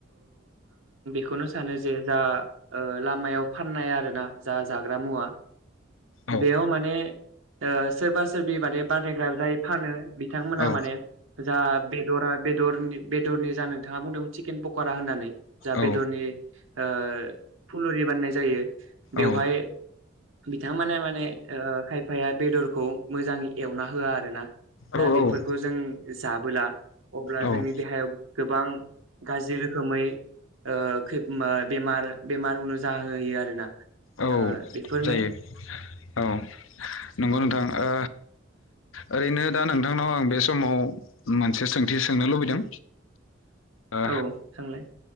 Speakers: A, on the right; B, on the left.
A: खौनो सानो जे जा ओ लामायाव फाननाय आरोना जा जाग्रा मुवा
B: औ
A: बेयाव माने ओ सोरबा सोरबि माने बानायायग्रा जाय फानो बिथांमोना
B: औ
A: माने जा बेदरा बेदरनि बेदरनि जा नोंथाङा बुंदोंमोन चिकेन पकरा होननानै जा
B: औ
A: बेदरनि ओ फुलुरि बाननाय जायो। बेवहाय
B: औ
A: बिथांमोना माने ओ खायफाया बेदरखौ मोजाङै एवना होआ आरो ना। दा
B: औ
A: बेफोरखौ
B: औ
A: जों जाबोला अब्ला
B: औ
A: जोंनि देहायाव गोबां गाज्रि रोखोमै ओ खैब ओम बेमार बेमार उनुजाहोयो आरोना।
B: औ
A: ओ बेफोरनो
B: जायो औ नंगौ
A: औ
B: नोंथां ओ ओरैनो दा नोंथांनाव आं बे समाव मोनसे सोंथि सोंनो लुबैदों। ओ
A: औ सोंलाय।